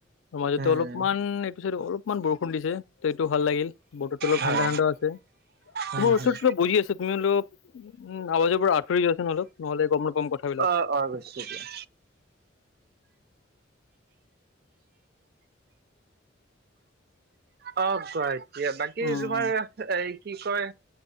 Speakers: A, on the left; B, on the right.
A: মাজতে
B: উম
A: অলপমান একটোিছ অলপ ইমান বৰষুণ দিছে ত এইটো ভাল লাগিল। বতো অলপ
B: হয়
A: ঠাণ্ডা ঠাণ্ডা আছে তোমাৰ
B: উম
A: ওচৰতো
B: হম
A: অলপ বজি আছ তুমি অলপ উম আৱাজৰ পৰা আতৰি গৈছে নহ'লেক নহ'লে গম নাপাম কথাবিলাক
B: অ অ বৈছো দিয়া অ গুৱাহাট বাকী
A: উম
B: তোমাৰ
A: উম।
B: এই কি কয়